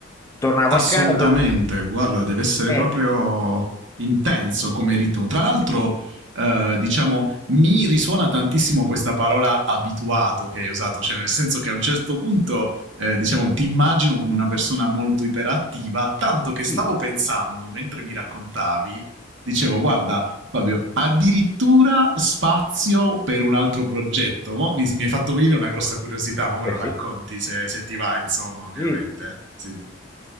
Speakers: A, on the left (about 15°); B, on the right (about 65°).
A: tornavo
B: Assolutamente,
A: a casa
B: guarda, deve essere
A: e
B: proprio intenso come rito. Tra l'altro,
A: sì,
B: eh, diciamo, mi risuona tantissimo questa parola abituato che hai usato, cioè nel senso che a un certo punto, eh, diciamo, ti immagino come una persona molto iperattiva, tanto che stavo
A: sì,
B: pensando, mentre mi raccontavi, dicevo, guarda, Fabio, addirittura spazio per un altro progetto. Mo Mi, mi hai fatto venire una grossa curiosità, ma me
A: eh
B: lo racconti
A: sì,
B: se, se ti va, insomma, ovviamente.
A: sì,
B: Sì. sì.